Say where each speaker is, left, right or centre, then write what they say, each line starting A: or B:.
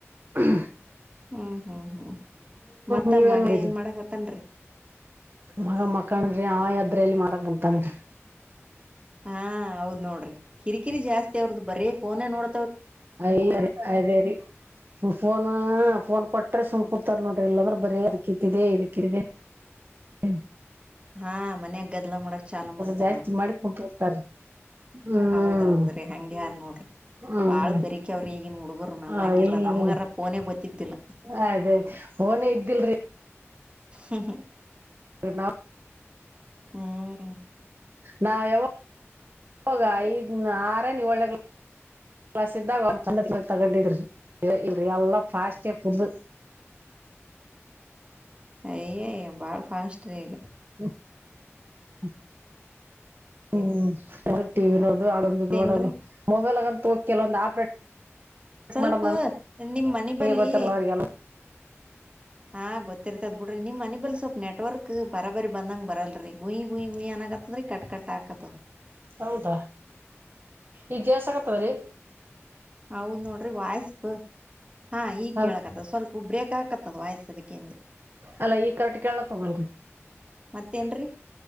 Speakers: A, on the right; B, on the right.
A: ಹ್ಮ
B: ಹ್ಮ್ ಹ್ಮ್ ಹ್ಮ್ ಮತ್ತ
A: ನೀವೇನ್
B: ಮಗ
A: ಮಾಡಿರಿ
B: ಏನ್ ಮಾಡಕ್ತ್ತನ್ರಿ
A: ಮಗ ಮಕ್ಕನ್ ಅಂದ್ರೆ ಆ ಯದ್ರಲ್ಲಿ ಮಾರಂತನ್ರಿ
B: ಹಾ ಹೌದ್ ನೋಡ್ರಿ ಕಿರಿಕಿರಿ ಜಾಸ್ತಿ ಅವ್ರದ್ದ ಬರೀ ಫೋನೇ ನೋಡ
A: ಅಯ ಅದೇರಿ ಫೋನು ಹ ಫೋನ್ ಕೊಟ್ರೆ ಸಮ್ಮ ಕುತಾರ ನೋಡ್ರಿ ಇಲ್ಲದ್ರ ಬರೀ ಅಕಿತಿದೆ ಇದಕ್ಕಿದೆ ಹ್ಮ್
B: ಹಾ ಮನ್ಯಾಗ ಗದ್ಲ ಮಾಡಕ್ ಚಾಲ್ ಮಾಡ್ತಾರ
A: ಜಾಸ್ತಿ
B: ನಾ
A: ಮಾಡಿ ಕುಂತ್ ಬಿಡ್ತಾರಿ ಹ್ಮ್
B: ಹೌದೌದ್ರಿ ಹಂಗಗೆ ಯಾರ ನೋಡ್ರಿ
A: ಹ್ಮ್
B: ಬಾಳ್ ಬರಿಕ ಅವ್ರಿ ಈಗನ್ ನೋಡಿ ಹುಡುಗರು ನಮ್ಮಂಗಿಲ್ಲ
A: ಹ ಈಗಿಲ್ಲ
B: ನಮ್ಗಾರ ಫೋನ ಗೊತ್ತಿದ್ದಿಲ್ಲ
A: ಅದೇ ಫೋನೇ ಇದ್ದಿಲ್ರಿ
B: ಹ್ಮ್ ಹ್ಮ್
A: ಸ ನಾ
B: ಹ್ಮ್
A: ನಾವ ಯಾವ ಹೋಗ ಐದ್ನ್ ಆರ ನೀ ಒಳ್ಳಗ್ ಕಲಸ್ ಇದಾಗ ಅವ ತಗೊಂಡಿದ್ರಿ ಇಲ್ರಿ ಎಲ್ಲಾ ಫಾಸ್ಟ್ ಫು <inaudible>
B: ಅಯ್ಯಯ ಬಾಳ್ ಫಾಸ್ಟ್ ರೀ ಈಗ
A: ಹ್ಮ್ಮ ಹ್ಮ್ಅವ ಟಿವಿ ನೋ ಅಡಂದು
B: ಮತ್ತೇನ್ರೀ
A: ಬಿಡ ಮೊಬೈಲ್ ಆಗಂತ ತೋಲ್ಲ ಒಂದು ಆಪ್ರೇಟ್
B: ಸ್ವಲ್ಪ
A: ಮಾಡೋದು
B: ನಿಮ್ ಮನ
A: ನಮಗೆ
B: ಬಲ್ಲಿ
A: ಗೊತ್ತಿರಲ್ಲ ಅವ್ರಿಗೆಲ್ಲ
B: ಹಾ ಗೊತ್ತಿರ್ತದ್ ಬಿಡ್ರಿ ನಿಮ್ಮ ಮನ ಬಲ್ ಸ್ವಲ್ಪ್ ನೆಟ್ವರ್ಕ್ ಬರಾ ಬಾರಿ ಬಂದಂಗ ಬರಲ್ರಿ ಗುಯಿ ಗುಯಿುಯ್ಯ ಅ ಆಗತ್ತತ್ ರೀ ಕಟ್ ಕಟ್ಟಾಕತ್ತ
A: ಹೌದಾ ಈಗ ಕೇಳ್ಸಆಗತ್ತದ್ರೀ
B: ಹೌದ್ ನೋಡ್ರಿ ವಾಯ್ಸ್ ಹಾ ಈಗ್
A: ಹ
B: ಕೇಳಕದ ಸ್ವಲ್ಪ ಬ್ರೇಕ್ ಹಾಕತ್ತದ ವಾಯಸದಕ್ಕೆಿಂದೆ
A: ಅಲ್ಲ ಈ ಕರೆಕ್ಟ್ ಕೇಳಾಕತದ ಅಲ ರಿ
B: ಮತ್ತೇನ್ರೀ